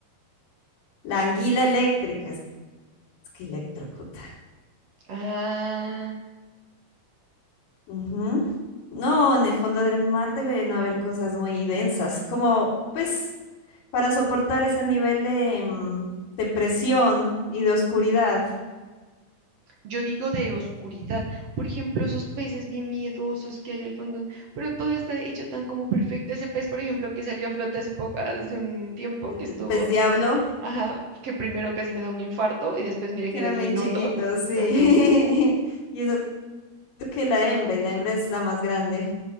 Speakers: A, on the left (about 80°); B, on the right (about 55°).
A: La anguila eléctrica es que electrocuta.
B: Ah,
A: Ujú. No, en el fondo del mar deben haber cosas muy densas, como pues para soportar ese nivel de, mm, de presión y de oscuridad.
B: yo digo de oscuridad. Por ejemplo, esos peces bien miedosos que hay al fondo, pero todo está hecho tan como perfecto. Ese pez, por ejemplo, que salió a flote hace poco, hace un tiempo,
A: El
B: que estuvo,
A: pez diablo.
B: ajá, que primero casi me da un infarto y después miré
A: Que
B: que
A: eran
B: era diminuto.
A: bien chiquitos, sí.
B: Ajá.
A: <laughs> Y eso que la hembra, y la hembra es la más grande.